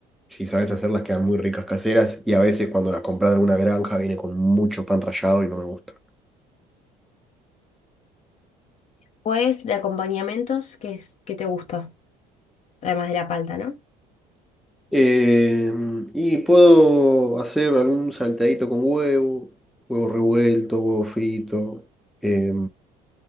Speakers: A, in the centre; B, on the left.
A: si sabes hacerlas quedan muy ricas caseras y a veces cuando las compras de alguna granja viene con mucho pan rallado y no me gusta.
B: Pues de acompañamientos, ¿qué es, qué te gusta? Además de la palta, ¿no?
A: Eh, y puedo hacer algún saltadito con huevo, huevo revuelto, huevo frito, eh,